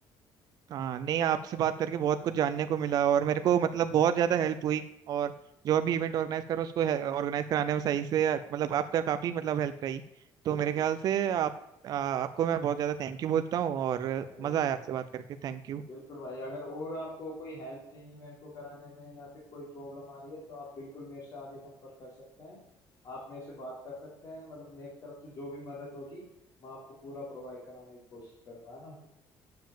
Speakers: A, on the right; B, on the left.
A: हाँ नहीं आपसे बात करके बहुत कुछ जानने को मिला और मेरे को मतलब बहुत ज्यादा हेल्प हुई और जो भी इवेंट ऑर्गेनाइज करो उसको ऑर्गेनाइज कराने में सही से मतलब आपका काफी मतलब हेल्प रही तो
B: बिल्कुल
A: मेरे ख्याल से आप आ, आपको मैं बहुत ज्यादा थैंक यू बोलता हूँ और
B: अरे
A: मजा
B: बिल्कुल
A: आया आपसे बात करके थैंक यू
B: बिल्कुल भाई अगर और आपको कोई हेल्प चाहिए इवेंट को कराने में या फिर कोई प्रॉब्लम आ रही है तो आप बिल्कुल मेरे से आगे संपर्क कर सकते हैं आप मेरे से बात कर सकते हैं मतलब मेरी तरफ से जो भी मदद होगी मैं आपको पूरा प्रोवाइड कराने की कोशिश करूंगा है ना